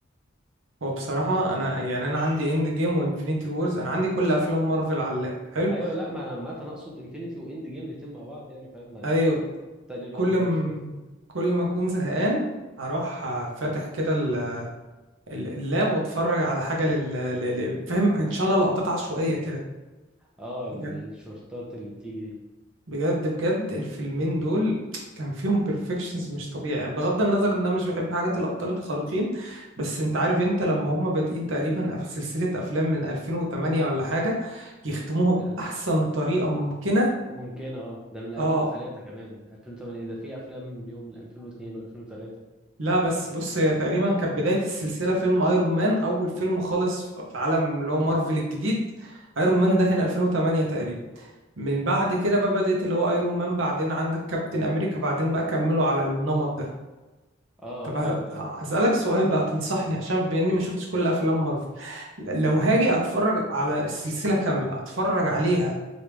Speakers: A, on the right; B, in the centre.
A: هو بصراحة انا يعني انا عندي اند جيم وانفينيتي وورز انا عندي كل افلام مارفل على اللاب حلو
B: ايوه لا ما انا عامه اقصد انفينيتي واند جيم الاتنين مع بعض يعني فاهم ما
A: ايوه
B: التاني لوحده
A: كل
B: ملوش
A: م...
B: لازمه
A: كل ما اكون زهقان اروح فاتح كده ال- ال- اللاب واتفرج على حاجة لل... لل... فاهم ان شاء الله لقطات عشوائية كده
B: اه
A: بجد
B: الشورتات اللي بتيجي دي
A: بجد بجد الفيلمين دول كان فيهم بيرفكشنز مش طبيعي يعني بغض النظر ان انا مش بحب حاجات الابطال الخارقين بس انت عارف انت لما هم بادئين تقريبا في سلسله افلام من 2008 ولا حاجه يختموها
B: من
A: باحسن طريقه ممكنه
B: ممكن اه ده من 2003
A: اه
B: كمان 2008 ده في افلام ليهم من 2002 و2003
A: لا بس بص هي تقريبا كانت بدايه السلسله فيلم ايرون مان اول فيلم خالص ف- في عالم اللي هو مارفل الجديد ايرون مان ده هنا 2008 تقريبا من بعد كده بقى بدات اللي هو ايرون مان بعدين عندك كابتن امريكا بعدين بقى كملوا على النمط ده
B: اه
A: طب ه-
B: ايوه ايوه
A: هسألك سؤال بقى تنصحني عشان بإني ما شفتش كل أفلام مارفل ل- لو هاجي أتفرج على السلسلة كاملة أتفرج عليها